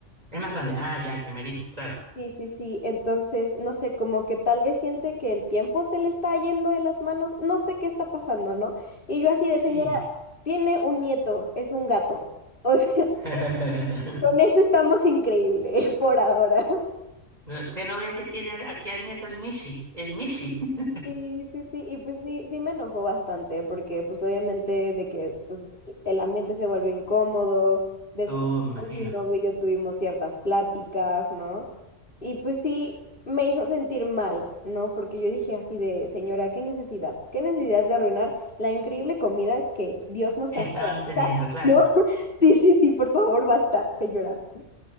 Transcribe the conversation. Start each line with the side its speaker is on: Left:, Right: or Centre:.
Right: el más grande. Ah, ya, el primer hijo, claro.
Left: Sí, sí, sí. Entonces, no sé, como que tal vez siente que el tiempo se le está yendo de las manos. No sé qué está pasando, ¿no? Y yo así
Right: Sí.
Left: de señora, tiene un nieto, es un gato. O sea,
Right: <laughs>
Left: <laughs> con eso estamos increíble <laughs> por ahora.
Right: No, ¿Usted no ve que tiene aquí al nieto el Mishi? El Mishi. <laughs>
Left: Sí, sí, sí, y pues sí, sí me enojó bastante, porque pues obviamente de que pues el ambiente se volvió incómodo, después
Right: Oh, me imagino.
Left: pues, mi novio y yo tuvimos ciertas pláticas, ¿no? Y pues sí, me hizo sentir mal, ¿no? Porque yo dije así de, señora, qué necesidad, qué necesidad de arruinar la increíble comida que Dios nos
Right: ¿Qué
Left: trajo
Right: estaban
Left: a la
Right: teniendo?
Left: mesa,
Right: Claro.
Left: ¿no? <laughs>
Right: ¿no?
Left: Sí, sí, sí, por favor, basta, señora.